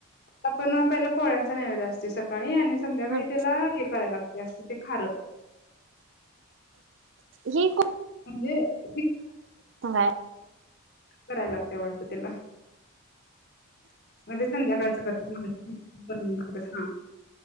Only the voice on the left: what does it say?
आपण पहिला पोळ्यांचा नैवेद्य असतोय सकाळी आणि संध्याकाळी
त्याला हे करायला लागते अस ते खारं.
<unintelligible>
करायला लागत्या वाटतं तिला. मध्ये संध्याकाळ <unintelligible>